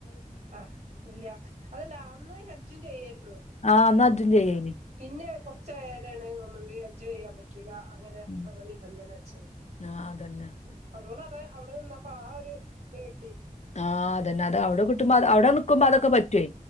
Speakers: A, on the right; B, on the left.
A: ആഹ് ഇല്ല അതല്ല അന്ന് ഹജ്ജും ചെയ്യാരുന്നു
B: ആഹ് അന്നജും ചെയ്യേലെ
A: പിന്നെ കൊറച്ച് പേരാണ് പോന്ന്ണ്ട് എൻജോയ് ചെയ്യാൻ പറ്റും ട്ടിലാ അങ്ങനെ
B: ഉം.
A: ഓരോ നിബന്ധന വെച്ചെ ഉ
B: ആ അതന്നെ
A: അതുകൊണ്ട് അത അവിടെ നിന്നപ്പ ആ ഒരു ഇത് കിട്ടി
B: ആഹ്തന്നെ അതവിടെ
A: ഉം
B: കിട്ടുമ്പോ അടെ നിക്കുമ്പാതക്കെ പറ്റുവേ